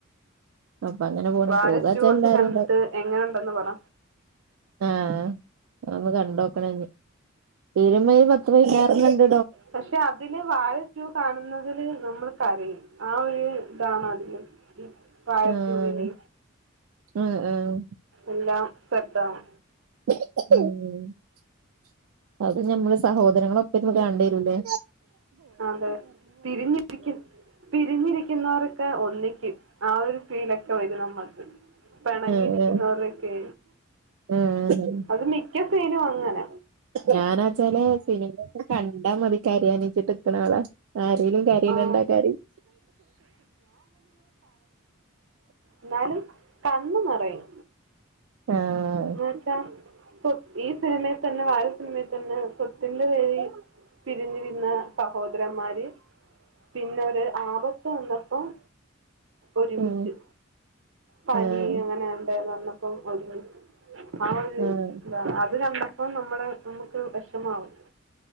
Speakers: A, on the right (about 80°); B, on the right (about 60°).
A: അപ്പൊ അങ്ങനെ പോണം
B: വാഴ
A: പോകാച്ച
B: ടു ഒക്കെ
A: എല്ലാരും
B: കണ്ടിട്ട്
A: ഉണ്ടാവും.
B: എങ്ങനെയുണ്ടെന്ന് പറ
A: ആഹ് അതൊന്ന് കണ്ടോക്കണം ഇനി തിരുമ്പോ ഒരു പത്ത് പതിനറ് കണ്ട
B: പക്ഷെ അതില് വാഴ് ടു കാണുന്നതില് നമ്മൾ കരയും ആ ഒരു ഇതാണ് അതില്. വാഴ
A: ആഹ്
B: ടൂവില്
A: ആഹ് ആഹ്
B: എല്ലാം സെറ്റാണ്.
A: ഉം അത് ഞമ്മള് സഹോദരങ്ങളൊപ്പ ഇരുന്ന് കണെണ്ടിരൂല്ലേ
B: അതെ പിരിഞ്ഞിരിക്കി പിരിഞ്ഞിരിക്കുന്നൊരൊക്കെ ഒന്നിക്കും ആ ഒരു ഫീലൊക്കെ വരും നമ്മക്ക് പിണങ്ങിയിരിക്കുന്നരൊക്കെ
A: ആഹ് ആഹ് ആഹ്
B: അത് മിക്ക സീനും അങ്ങന
A: ഞാനാച്ചാല് സിനിമയൊക്കെ കണ്ടാ മതി കാരയനിചിട്ട് ക്കണാളാ ആരെലും കരയാണ
B: ആ
A: കണ്ട കരയും
B: ന്നാലും കണ്ണ് നിറയും
A: ആഹ്
B: എന്നെച്ച സ്വ ഈ സിനിമയിൽ തന്നെ വാഴ സിനിമയിൽ തന്നെ സ്വ ത്തിന്റെ പേരിൽ
A: ഉം
B: പിരിഞ്ഞിരുന്ന സഹോദരൻമാര് പിന്നൊരു ആപത്ത് വന്നപ്പം ഒരുമിച്ചു
A: ഉം
B: പനി
A: ആഹ്
B: അങ്ങനെയാണ്ട വന്നപ്പം ഒരുമിച്ച് ആ ഒരു
A: ആഹ്
B: ഇതാണ് അത് കണ്ടപ്പോ നമ്മടെ നമുക്ക് വിഷമാവും